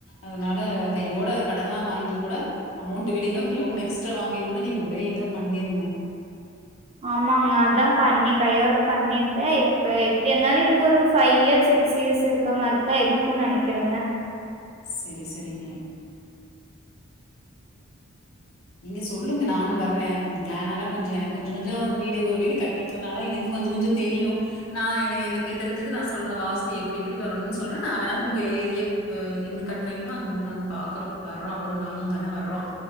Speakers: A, on the left; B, on the right.
A: அதனால கையோட கடனா வாங்கி கூட அமௌண்ட் வெளியில லோன் எக்ஸ்ட்ரா வாங்கி கூட நீங்க ஒரே இதா பண்ணிருங்க
B: ஆமாங்க அதா பண்ணி கையோட பண்ணிட்டே இப்ப எப்படி இருந்தாலு இங்க ஒரு ஃபைவ் இயர்ஸ் சிக்ஸ் இயர்ஸ் இருக்க மாரிதா இருக்கு நெனைக்கிறங்க
A: செரி செரிங்க நீங்க சொல்லுங்க நானு வர்றே அந்த பிளான் எல்லா கொஞ்ச எனக்கு கொஞ்ச கொஞ்ச வீடு ஒரு வீடு கட்டிட்டதுனால எனக்கு கொஞ்ச கொஞ்ச தெரியு நா என எனக்கு தெரிஞ்சது நா சொல்ற வாஸ்து எப்புடி எப்புடி வரணும்னு சொல்றே நா வேனாலு உங்க ஏரிய உ எங்க கட்டுறீங்களோ அங்க வந்து நாங்க பாக்குறோ வர்றோ அவரு நானு வேணா வர்றோ